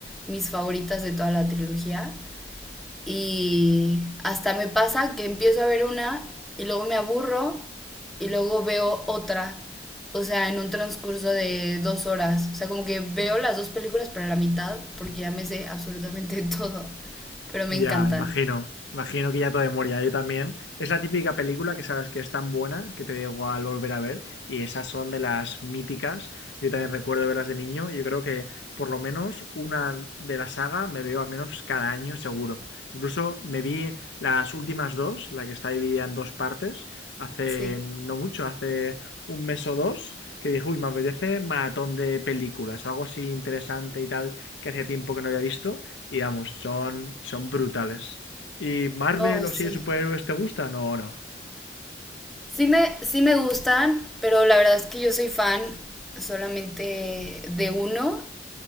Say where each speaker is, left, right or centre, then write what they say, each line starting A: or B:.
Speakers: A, in the centre; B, on the left.
A: mis favoritas de toda la trilogía. Y hasta me pasa que empiezo a ver una y luego me aburro y luego veo otra. O sea, en un transcurso de dos horas. O sea, como que veo las dos películas para la mitad porque ya me sé absolutamente <laughs> todo. Pero me
B: Ya,
A: encantan.
B: imagino. Imagino que ya todo de memoria, yo también. Es la típica película que sabes que es tan buena que te da igual volver a ver y esas son de las míticas. Yo también recuerdo verlas de niño y yo creo que por lo menos una de la saga me veo al menos cada año seguro. Incluso me vi las últimas dos, la que está dividida en dos partes, hace
A: Sí.
B: no mucho, hace un mes o dos, que dije, uy, me apetece maratón de películas, algo así interesante y tal que hacía tiempo que no había visto y vamos, son, son brutales. ¿Y Marvel
A: No,
B: o
A: sí.
B: si de superhéroes te gustan o no?
A: Sí me, sí me gustan, pero la verdad es que yo soy fan solamente de uno